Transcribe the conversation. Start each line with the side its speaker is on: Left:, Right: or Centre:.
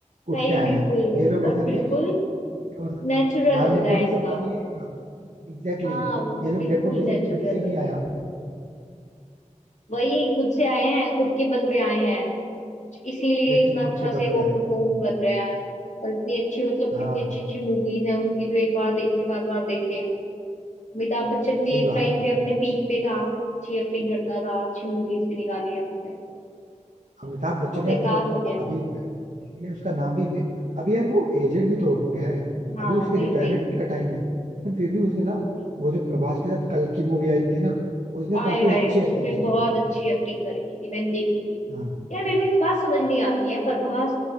Right: उठ
Left: सही
Right: के आए
Left: बिल्कुल
Right: हैं ये लोग ऐसा
Left: और
Right: नहीं
Left: बिल्कुल
Right: है कि कि मतलब
Left: नेचुरल
Right: हाँ
Left: होता
Right: नेपोटिज्म
Left: है इनका
Right: का नहीं है इनका Exactly
Left: हाँ
Right: exactly. ये लोग
Left: बिल्कुल
Right: नेपोटिज्म
Left: नेचुरल
Right: की वजह से नहीं
Left: है
Right: आए यहाँ पे
Left: वही खुद से आए हैं खुद के बल पे आए हैं इसीलिए
Right: एग्जैक्टली
Left: इतना
Right: exactly,
Left: अच्छा
Right: खुद के
Left: से
Right: दम पे
Left: वो
Right: आए
Left: परफॉर्म
Right: हैं
Left: कर रहे हैं और इतनी अच्छी मतलब
Right: हाँ
Left: इतनी अच्छी अच्छी मूवीज हैं उनकी जो एक बार देखी बार बार देखे अमिताभ बच्चन भी
Right: सही
Left: एक
Right: बात
Left: टाइम
Right: है
Left: पे अपने पीक पे था अच्छी एक्टिंग करता था अच्छी मूवीज भी निकाली है उसने
Right: अमिताभ बच्चन
Left: तो बेकार
Right: यार देखो
Left: हो गया
Right: अभी इसीलिए उसका नाम भी भी- अभी यार वो एजेड भी तो हो गया है
Left: हाँ
Right: अभी उसके
Left: वही
Right: रिटायरमेंट
Left: वही
Right: का टाइम है लेकिन फिर भी उसने ना
Left: वही
Right: वो जो प्रभास के साथ कल की मूवी आई थी ना उसमें
Left: आय
Right: काफी
Left: हाय
Right: अच्छी एक्टिंग
Left: उसमें
Right: की
Left: बहुत
Right: है फिर भी।
Left: अच्छी एक्टिंग कर रखी थी मैंने देखी थी
Right: हाँ
Left: यार मेरे को एक बात समझ नहीं आती है प्रभास